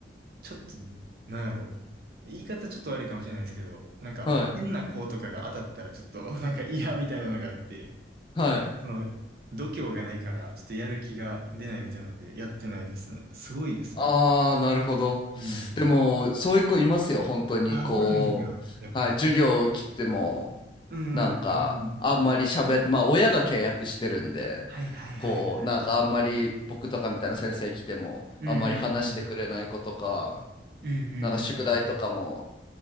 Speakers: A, on the right (about 55°); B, on the left (about 25°).
A: ちょっと、なんやろ。言い方ちょっと悪いかもしれないですけど、なんか変な子とかが当たったらちょっと
B: はい。
A: <laughs> なんか嫌みたいなのがあって、
B: はい。
A: その度胸がないからちょっとやる気が出ないみたいなのでやってないですね。すごいですね。
B: ああ、なるほど。
A: うん。
B: でも、そういう子いますよ、本当に。
A: あ、
B: こう、
A: おるんや、やっぱ。
B: はい、授業を切っても、
A: うん、
B: なんか、
A: うん、うん。
B: あんまり喋っ、まあ、親が契約してるんで、
A: はいはいはいはいはい。
B: こう、なんかあんまり僕とかみたいな先生来ても、
A: うん、
B: あんまり話してくれない子とか、
A: うん、うん。うん、
B: なんか宿題とかも、
A: うん、